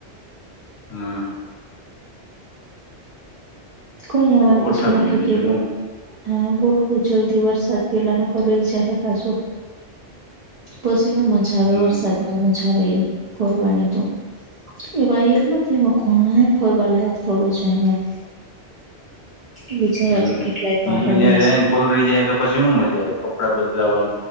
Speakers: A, on the left (about 70°); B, on the right (about 60°).
A: હ
B: કોઈ અમારે
A: તો ગોઠવીએ
B: પછી નક્કી
A: બીજું
B: કર્યું હોયે
A: હું
B: હા ગોઠવો જલ્દી વરસાદ પેલા ન કર રહી જાહે પાછું. પછી ન મજા આવે
A: હમ
B: વરસાદમાં મજા આવે એ ફરવાની તો. એવા એક નથી એમાં ઘણાય ફરવા લાયક સ્થડો છે અહીંયા વિચારાતું
A: હમ્મ
B: કેટલાય
A: પીમ
B: પહાડ
A: ને જ્યાં
B: હોય.
A: જાય.
B: છે.
A: લ રહી જાય તો પછી શું મજા આવે કપડાં બદલાવા